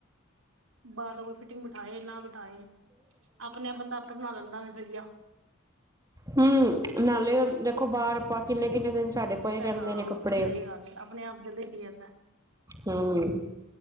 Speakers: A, on the right; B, on the right.
A: ਬਾਰ ਓ ਫਿਟਿੰਗ ਬਿਠਾਏ ਨਾ ਬਿਠਾਏ, ਅਪਣੇ-ਆਪ ਬੰਦਾ ਆਪੇ ਬਣਾ ਲੈਂਦਾ ਵੈਸੇ ਵਦੀਆ।
B: ਹੂੰ, ਨਾਲੇ ਦੇਖੋ ਬਾਰ ਆਪਾਂ ਕਿੰਨੇ-ਕਿੰਨੇ ਦਿਨ ਸਾਡੇ ਪਏ ਰਹਿੰਦੇ
A: ਹਾਂ
B: ਨੇ ਕੱਪੜੇ।
A: ਸਹੀ ਗੱਲ ਏ ਆਪਣੇ ਆਪ ਜਿਆਦਾ ਸੀ ਲੈਂਦਾ।
B: ਹੂ ਹੂ